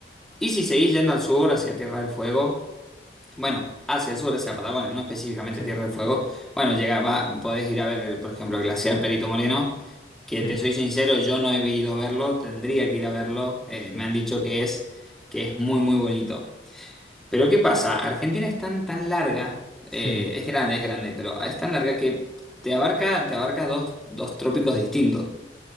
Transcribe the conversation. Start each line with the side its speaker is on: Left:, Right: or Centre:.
Centre: Y si seguís yendo al sur, hacia Tierra del Fuego, bueno, hacia el sur, hacia Patagonia, no específicamente
Left: sí,
Centre: Tierra del Fuego, bueno, llega, va- podés ir a ver, por ejemplo, el glaciar Perito Moreno, que
Left: sí,
Centre: te soy sincero, yo no he ido a verlo, tendría que ir a verlo, eh,
Left: sí,
Centre: me han dicho que es, que es muy, muy bonito. Pero ¿qué pasa? Argentina es tan, tan larga,
Left: sí,
Centre: eh, es grande, es grande, pero es tan larga que te abarca, te abarca dos, dos trópicos distintos.